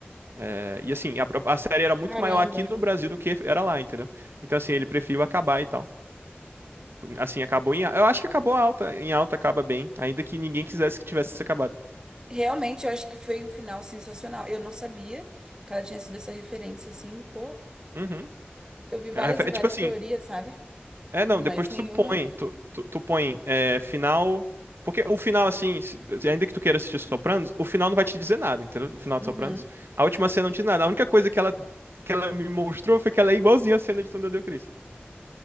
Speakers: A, on the right (about 70°); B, on the right (about 20°).
A: É, e assim, a, pro- a série era muito
B: Caramba.
A: maior aqui no Brasil do que era lá, entendeu? Então assim, ele preferiu acabar e tal. Assim, acabou em. a- Eu acho que acabou alta. Em alta acaba bem. Ainda que ninguém quisesse que tivesse acabado.
B: Realmente, eu acho que foi um final sensacional. Eu não sabia que ela tinha sido essa referência, assim, pô.
A: Uhum.
B: Eu vi
A: É,
B: várias
A: refe-
B: e
A: é
B: várias
A: tipo assim.
B: teorias, sabe?
A: É, não,
B: Mas
A: depois tu
B: nenhuma.
A: põe. Tu, tu, tu põe é, final. Porque o final, assim, se- se- ainda que tu queira assistir Sopranos, o final não vai te dizer nada, entendeu? O final
B: Uhum.
A: de Sopranos. A última cena não te diz nada. A única coisa que ela, que ela me mostrou foi que ela é igualzinha à cena de Tom Deu Cristo.